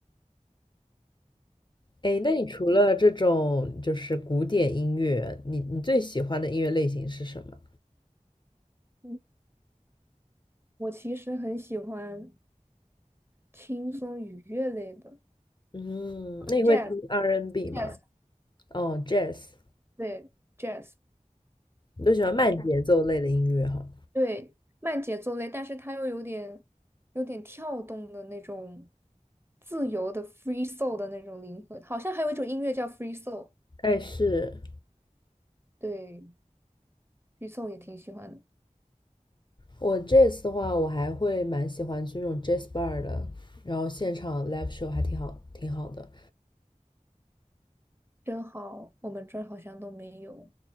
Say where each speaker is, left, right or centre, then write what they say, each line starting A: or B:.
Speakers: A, on the left; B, on the right.
A: 哎，那你除了这种就是古典音乐，你你最喜欢的音乐类型是什么？
B: 嗯，我其实很喜欢轻松愉悦类的
A: 嗯，那你会听
B: jazz
A: R&B N
B: jazz
A: 吗？哦，Jazz，
B: 对 jazz。
A: 你都喜欢慢节奏类的音乐哈。
B: 对，慢节奏类，但是它又有点有点跳动的那种自由的 free soul 的那种灵魂，好像还有一种音乐叫 free soul，
A: 哎，是
B: 对，free soul 也挺喜欢的。
A: 我这次的话，我还会蛮喜欢去那种 jazz bar 的，然后现场 live show 还挺好，挺好的。
B: 真好，我们这儿好像都没有，